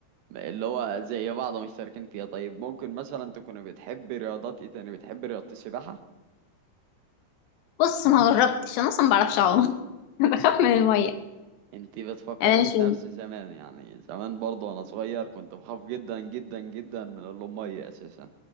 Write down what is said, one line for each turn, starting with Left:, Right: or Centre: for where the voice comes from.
Right: اللي هو زي بعض مشتركين فيها طيب ممكن مثلا تكوني بتحبي رياضات ايه تاني بتحبي رياضة السباحة
Left: بص ما جربتش أنا أصلا ما بعرفش أعوم <laughs> بخاف من المية
Right: انت بتفكريني
Left: يعني انا مش
Right: بنفس زمان يعني زمان برضه وانا صغير كنت بخاف جدا جدا جدا من المية اساسا